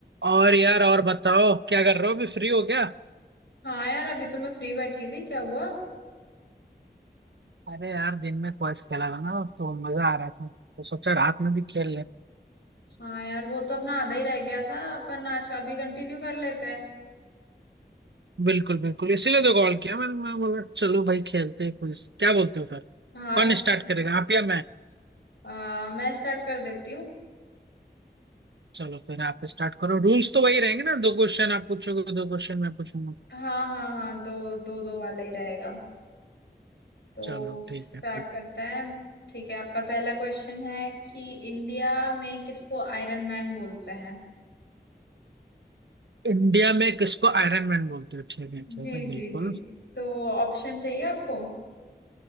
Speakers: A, on the right; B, on the left.
A: और यार और बताओ क्या कर रहे हो अभी फ्री हो क्या
B: हाँ यार अभी तो मैं फ्री बैठी थी क्या हुआ
A: अरे यार दिन में क्वेस्ट खेला था ना तो मजा आ रहा था तो सोचा रात में भी खेल लें
B: हाँ यार वो तो अपना आधा ही रह गया था अपन आज अभी कंटिन्यू कर लेते हैं
A: बिल्कुल बिल्कुल इसीलिए तो कॉल किया मैंने मैं बोला चलो भाई खेलते हैं क्विज क्या बोलते हो फिर
B: हाँ
A: कौन
B: ठीक
A: स्टार्ट करेगा आप या मैं
B: है आ, मैं स्टार्ट कर देती हूँ
A: चलो फिर आप स्टार्ट करो रूल्स तो वही रहेंगे ना दो क्वेश्चन आप पूछोगे दो क्वेश्चन मैं पूछूंगा
B: हाँ हाँ हाँ दो दो दो वाला ही रहेगा तो
A: चलो
B: स्टार्ट
A: ठीक है फिर
B: करते हैं ठीक है आपका पहला क्वेश्चन है कि इंडिया में किसको आयरन मैन बोलते हैं
A: इंडिया में किसको आयरन मैन बोलते हो ठीक है ठीक
B: जी
A: है बिल्कुल
B: जी जी तो ऑप्शन चाहिए आपको